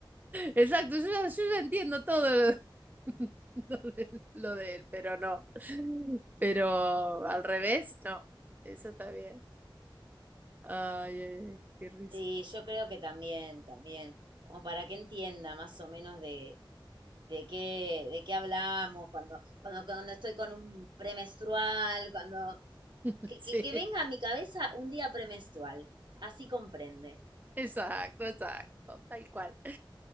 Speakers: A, on the right; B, on the right.
A: Exacto, yo ya, yo ya entiendo todo lo, <laughs> lo de, lo de él, pero no. Pero al revés, no. Eso está bien. Ay, ay, ay, qué risa.
B: Sí, yo creo que también, también, como para que entienda más o menos de, de qué, de qué hablamos, cuando, cuando, cuando estoy con un premenstrual, cuando,
A: <laughs>
B: que,
A: Sí,
B: que- que venga a mi cabeza un día premenstrual. Así comprende.
A: exacto, exacto, tal cual.